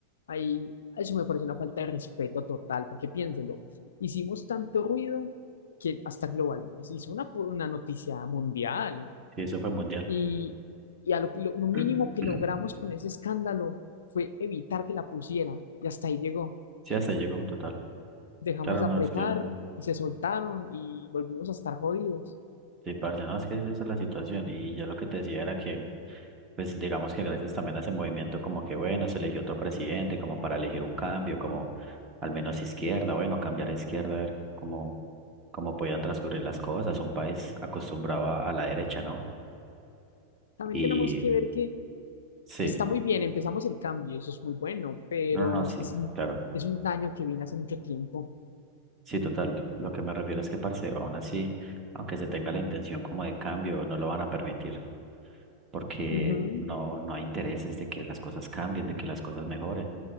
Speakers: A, on the left (about 65°); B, on the right (about 20°).
A: ahí eso me parece una falta de respeto total, porque piénselo, hicimos tanto ruido que hasta global, se hizo una, una noticia mundial
B: eso fue mundial.
A: y, y a lo, lo- lo mínimo
B: <clears throat>
A: que logramos con ese escándalo fue evitar que la pusieran y hasta ahí llegó.
B: Sí, hasta ahí llegó total.
A: Dejamos
B: Claro,
A: de
B: no,
A: apretar
B: es que,
A: y se soltaron y volvimos a estar jodidos.
B: sí, parce, no, es que esa es la situación. Y ya lo que te decía era que, pues digamos que gracias también a ese movimiento, como que bueno, se eligió otro presidente, como para elegir un cambio, como al menos izquierda, bueno, cambiar a izquierda, a ver cómo, cómo podían transcurrir las cosas. Un país acostumbrado a a la derecha, ¿no?
A: También
B: Y
A: tenemos que ver que
B: sí,
A: está muy bien, empezamos el cambio, eso es muy bueno, pero
B: no, no, no,
A: es
B: sí,
A: que es un,
B: claro.
A: es un daño que viene hace mucho tiempo.
B: Sí, total. Lo que me refiero es que, parce, aún así, aunque se tenga la intención como de cambio, no lo van a permitir porque
A: Ujú,
B: no, no hay intereses de que las cosas cambien, de que las cosas mejoren.